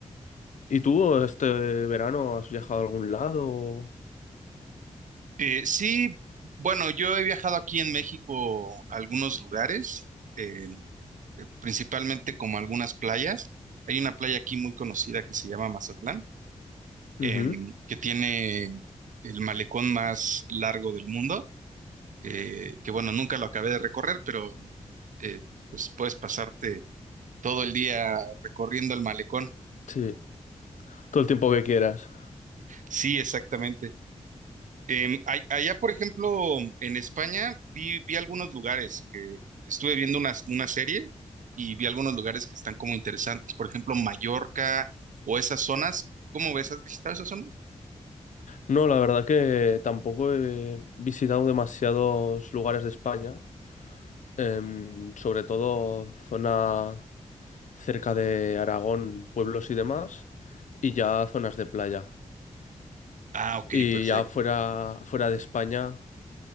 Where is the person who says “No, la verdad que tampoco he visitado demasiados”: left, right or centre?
Left